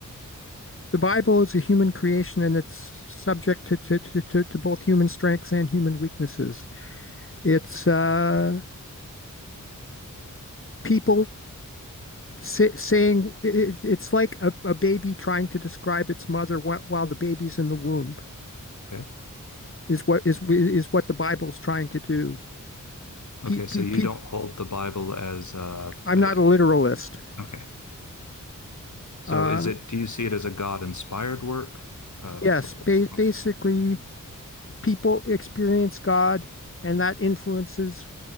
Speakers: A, on the left (about 40°); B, on the left (about 60°).
A: The Bible is a human creation and it's subject to, to, to, to to both human strengths and human weaknesses. It's uh, people say, saying it, it's like a, a baby trying to describe its mother while, while the baby's in the womb
B: Okay.
A: is what is is what the Bible's trying to do. Pe,
B: Okay. So
A: pe,
B: you
A: pe,
B: don't hold the Bible as, uh,
A: I'm
B: uh,
A: not a literalist.
B: okay. So
A: Uh,
B: is it, do you see it as a God inspired work? Uh,
A: yes, ba
B: okay.
A: basically, people experience God, and that influences